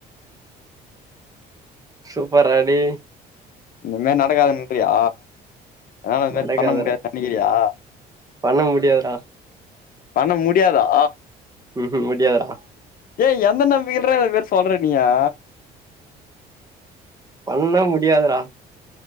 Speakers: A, on the right; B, on the left.
A: சூப்பர்ரா டேய்
B: இனிமே நடக்காதுன்றியா னால அது
A: நடக்காதுடா
B: மாரி பண்ண முடியாது நினைகிறியா
A: பண்ண முடியாதுடா
B: பண்ண முடியாதா
A: உ ஹு முடியாதுடா
B: டேய் எந்த நம்பிகைலட இத போல சொல்ற நீயே
A: பண்ண முடியாதுடா